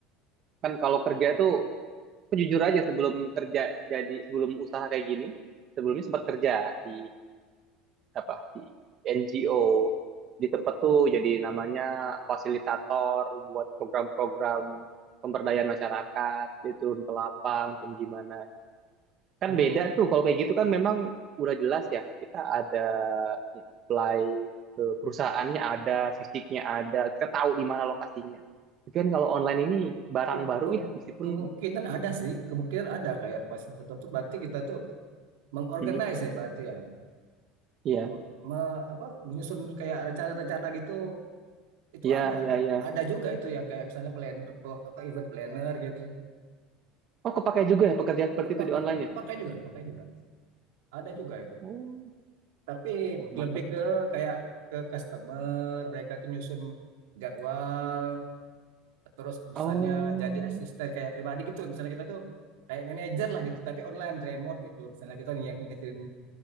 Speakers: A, on the right; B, on the right.
A: kan kalau kerja tuh Aku jujur aja sebelum kerja jadi sebelum usaha kayak gini, sebelumnya sempat kerja di apa di NGO di tempat tuh jadi namanya fasilitator buat program-program pemberdayaan masyarakat, dia turun ke lapang, turun gimana. Kan
B: oh
A: beda tuh kalau kayak gitu kan memang udah jelas ya kita ada ya, apply ke perusahaannya ada, fisiknya ada, kita tahu di mana lokasinya. Tapi kan kalau online ini barang
B: ke-
A: baru
B: ke-
A: ya meskipun
B: kemungkinan ada sih kemungkinan ada kayak pas tutup tuh berarti kita tuh mengorganize
A: <laughs>
B: ya berarti ya
A: Iya,
B: Me- me- apa menyusun kayak rencana-rencana gitu itu
A: iya,
B: ada
A: iya, iya.
B: ada juga itu yang kayak misalnya plan pro- apa event planner gitu
A: Oh, kepakai juga ya pekerjaan seperti
B: kepakai
A: itu di online
B: kepakai
A: ya?
B: juga kepakai juga ada juga itu
A: Oh,
B: tapi
A: wah mantap.
B: lebih ke
A: nih.
B: kayak ke customer mereka tuh nyusun jadwal terus misalnya
A: Oh,
B: jadi asisten kayak pribadi gitu misalnya kita tuh kayak manajer lah gitu tapi online remote gitu misalnya kita yang ngingetin